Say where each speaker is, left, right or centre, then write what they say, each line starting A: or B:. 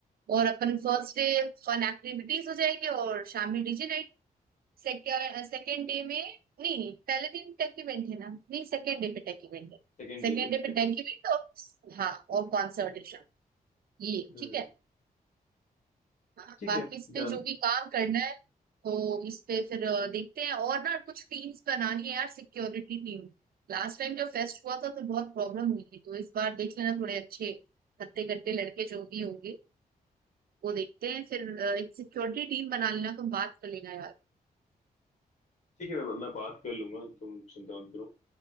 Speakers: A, on the right (about 80°); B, on the left (about 50°).
A: और अपन फर्स्ट डे फन एक्टिविटीज हो जाएंगे और शाम में डीजे सेकेंड सेकेंड डे में नहीं नहीं पहले दिन तक इवेंट है ना नहीं सेकेंड डे पे टेक इवेंट है
B: सेकेंड
A: सेकेंड
B: डे पे
A: डे पे टेक इवेंट और हाँ और कॉन्सर्टेशन ये
B: हम्म
A: ठीक है हाँ,
B: ठीक
A: बाकी
B: है
A: इस पे
B: डन
A: जो भी काम करना है तो इस पे फिर अ, देखते हैं और ना कुछ टीम्स बनानी है यार सिक्योरिटी टीम लास्ट टाइम जब फेस्ट हुआ था तो बहुत प्रॉब्लम हुई थी तो इस बार देख लेना थोड़े अच्छे हत्ते कट्टे लड़के जो भी होंगे वो देखते हैं फिर अ, एक सिक्योरिटी टीम बना लेना तुम बात कर लेना यार
B: ठीक है मैं मैं बात कर लूंगा तुम चिंता मत करो